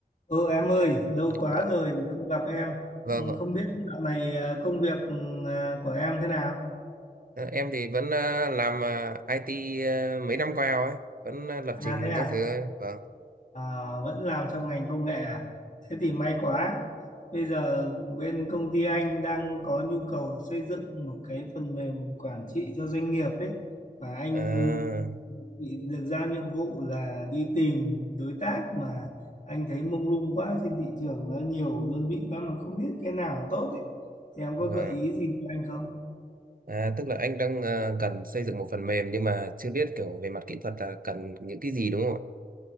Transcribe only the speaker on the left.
Ừ em ơi, lâu quá
rồi không gặp em.
Ừ,
Không biết dạo này à, công việc ừ, à, của em thế nào?
À
thế à?
À, vẫn làm trong ngành công nghệ à? Thế thì may quá. Bây giờ bên công ty anh đang có nhu cầu xây dựng một cái phần mềm quản trị cho doanh nghiệp ấy. Và anh
bị được giao nhiệm vụ là đi tìm đối tác mà anh thấy mông lung quá trên thị trường nó nhiều đơn vị quá mà không biết cái nào tốt ấy. Thì em có
gợi ý gì cho anh không?